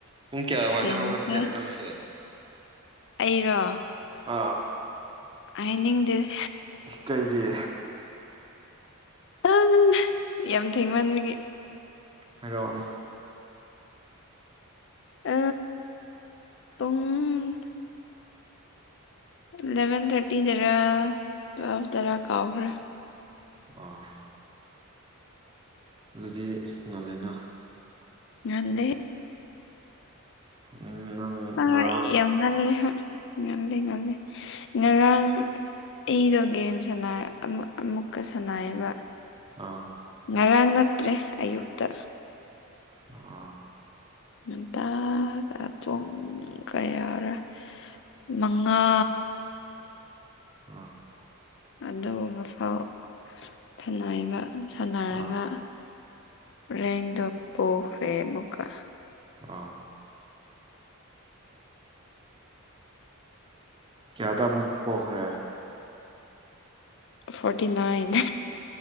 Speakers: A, on the right; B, on the left.
A: ꯄꯨꯡ ꯀꯌꯥ ꯋꯥꯗ
B: ꯌꯦꯡꯁꯦ
A: ꯍꯧꯒꯠ ꯀꯌꯥ ꯅꯁꯦ
B: ꯑꯩꯔꯣ
A: ꯑꯥ
B: ꯍꯥꯏꯅꯤꯡꯗꯦ
A: ꯀꯩꯒꯤ
B: ꯑꯪ ꯌꯥꯝ ꯊꯦꯡ ꯃꯥꯟꯕꯒꯤ
A: ꯍꯥꯏꯔꯛꯑꯣꯎꯅꯦ
B: ꯎ ꯄꯨꯡ ꯏꯂꯚꯦꯟ ꯊꯥꯔꯇꯤꯗꯔ ꯇ꯭ꯋꯦꯜꯐꯇꯔꯥ ꯀꯥꯎꯈ꯭ꯔꯦ
A: ꯑꯥ ꯑꯗꯨꯗꯤ ꯉꯥꯜꯂꯦꯅ
B: ꯉꯟꯗꯦ
A: ꯎꯝ ꯅꯪ
B: ꯑ
A: ꯉꯔꯥꯡ
B: ꯌꯥꯝ ꯉꯜꯂꯦ ꯍ ꯉꯜꯂꯦ ꯉꯜꯂꯦ ꯉꯔꯥꯡ ꯑꯩꯗꯣ ꯒꯦꯝ ꯁꯅꯔ ꯑꯃ ꯑꯃꯨꯛꯀ ꯁꯥꯟꯅꯏꯌꯦꯕ
A: ꯑꯥ
B: ꯉꯔꯥꯡ ꯅꯠꯇ꯭ꯔꯦ ꯑꯌꯨꯛꯇ
A: ꯑꯥ
B: ꯉꯇꯥꯒ ꯄꯨꯡ ꯀꯌꯥꯔꯥ ꯃꯉꯥ
A: ꯑꯥ
B: ꯑꯗꯨꯒꯨꯝꯕ ꯐꯥꯎ ꯁꯅꯥꯏꯕ ꯁꯥꯟꯅꯔꯒ
A: ꯑꯥ
B: ꯔꯦꯟꯗ ꯄꯣꯈꯔꯦꯃꯨꯒꯥ
A: ꯑꯥ ꯀꯌꯥ ꯇ ꯑꯃꯨꯛ ꯄꯣꯈ꯭ꯔꯦ
B: ꯐꯣꯔꯇꯤ ꯅꯥꯏꯟ